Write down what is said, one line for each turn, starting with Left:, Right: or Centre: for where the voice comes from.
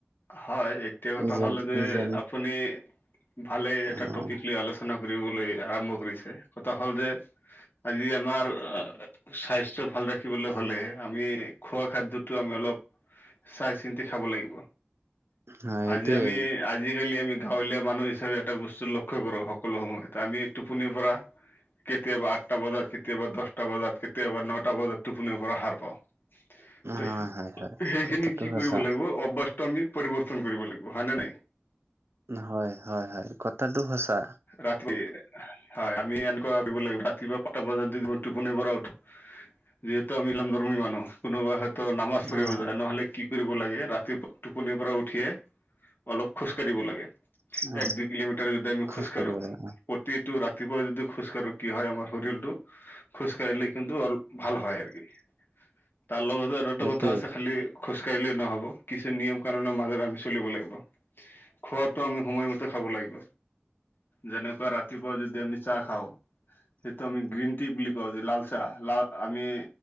Left: হয় এক এতিয়া কথা
Right: যেন
Left: হ'ল যে
Right: যেন
Left: আপুনি ভালে এটা
Right: অ',
Left: টপিক লৈ আলোচ- চনা কৰিবলৈ আৰম্ভ কৰিছে কথা হ'ল যে আজি আমাৰ স্বাস্থ্যয় ভাল ৰাখিবলৈ হলে আমি খোৱা খাদ্যতো আমি অলপ চাই চিন্তি খাব লাগিব
Right: হয় এইটোৱে
Left: আজি আমি আজ আজিকালি আমি গাঁৱলীয়া মানুহ হিচাপে এটা বস্তু লক্ষ্য কৰোঁ সকলো সময়ত আমি টোপনিৰ পৰা কেতিয়াবা আঠটা বজাত কেতিয়াবা দহটা বজাত কেতিয়াবা নটা বজাত টোপনিৰ পৰা সাৰ পাওঁ ত
Right: হয় হয় হয়
Left: সেইখিনি
Right: কথাটো
Left: কি
Right: সঁচা
Left: কৰিব লাগি অবাস্তমি আমি পৰিৱৰ্তন কৰিব লাগিব হয়নে নাই
Right: হয় হয় হয় কথাটো সঁচা
Left: ৰাতি হয় আমি এনেকুৱা লাগিব ৰাতিপুৱা পাঁচটা বজাত যদি টোপনিৰ পৰা উঠো যিহেতু আমি ইলাম ধৰ্মী মানুহ কোনোবাই হয়তো নামাজ
Right: উম
Left: পঢ়িব যায় নহ'লে কি কৰিব লাগে ৰাতি টোপনিৰ পৰা উঠিয়ে অলপ খোজ কাঢ়িব লাগে
Right: উম
Left: এক দুই কিলোমিটাৰ যদি আমি
Right: খোজ
Left: খোজকাঢ়ো
Right: কাঢ়িব লাগে অ',
Left: প্ৰতিটো ৰাতিপুৱা যদি খোজকাঢ়ো কি হয় আমাৰ শৰীৰটো খোজকাঢ়িলে কিন্তু অল ভাল হয় আৰ গি তাৰ লগতে আৰু এটা
Right: সেইটোৱে
Left: কথা হৈছে খালি খোজ কাঢ়িলে নহ'ব কিছু নিয়ম কাণুনৰ মাজেৰে আমি চলিব লাগিব খোৱাটো আমি সময়মতে খাব লাগিব যেনেকুৱা ৰাতিপুৱা যদি আমি চাহ খাওঁ সেইটো আমি গ্ৰীণ টি বুলি কওঁ যে লালচাহ লাল আমি